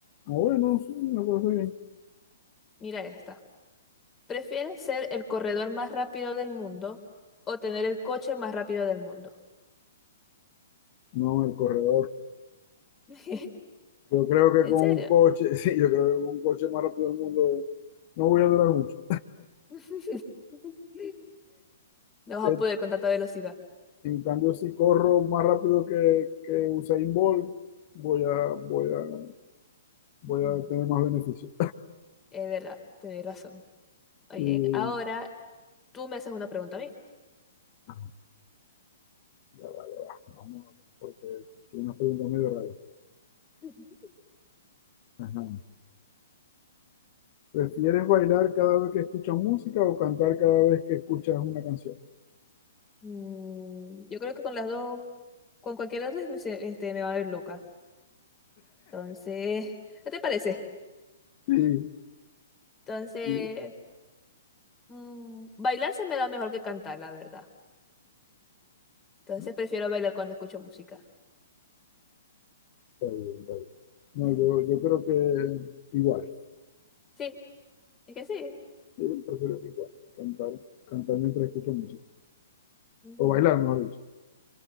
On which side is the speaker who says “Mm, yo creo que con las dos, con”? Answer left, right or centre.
Left